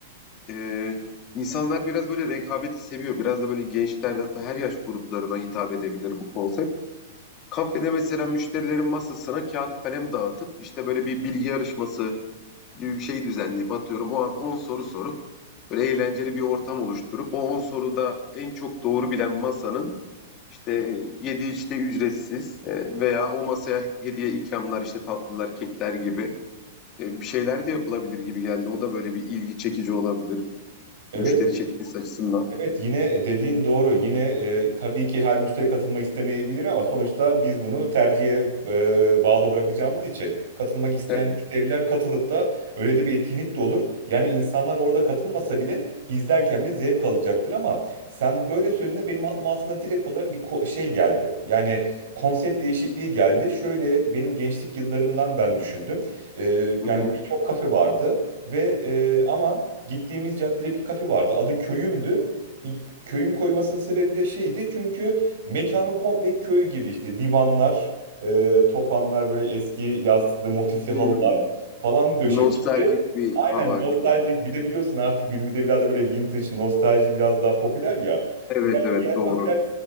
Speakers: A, on the left; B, on the right.
A: Ee, insanlar biraz böyle rekabeti seviyor. Biraz da böyle gençlerde hatta her yaş gruplarına hitap edebilir bu konsept. Kafede mesela müşterilerin masasına kağıt kalem dağıtıp işte böyle bir bilgi yarışması gibi bir şey düzenleyip atıyorum o an 10 soru sorup böyle eğlenceli bir ortam oluşturup o 10 soruda en çok doğru bilen masanın işte yedi işte ücretsiz e, veya o masaya hediye ikramlar işte tatlılar, kekler gibi e, bir şeyler de yapılabilir gibi geldi. O da böyle bir ilgi çekici olabilir.
B: evet
A: Müşteri çekmesi açısından.
B: Evet yine dediğin doğru. Yine e, tabii ki her müşteri katılmak istemeyebilir ama sonuçta biz bunu tercihe e, bağlı bırakacağımız için katılmak isteyen
A: Evet.
B: müşteriler katılıp da öyle de bir etkinlik de olur. Yani insanlar orada katılmasa bile izlerken bile zevk alacaktır ama sen böyle söylediğinde benim aklıma aslında direkt olarak bir ko- şey geldi. Yani konsept değişikliği geldi. Şöyle benim gençlik yıllarımdan ben düşündüm. E,
A: Hı
B: yani
A: hı.
B: birçok kafe vardı ve e, ama Gittiğimiz caddede bir kafe vardı. Adı Köyüm'dü ilk köyüm koymasının sebebi de şeydi. Çünkü mekanın komple köy gibi işte divanlar, e, topanlar böyle eski yastıklı motifli halılar
A: Hımm.
B: falan döşemişti.
A: Nostaljik bir
B: Aynen
A: hava
B: nostaljik
A: gibi.
B: bir de biliyorsun artık günümüzde biraz da böyle vintage nostalji biraz daha popüler ya.
A: Evet,
B: Ya
A: evet,
B: diğer
A: doğru.
B: kafeler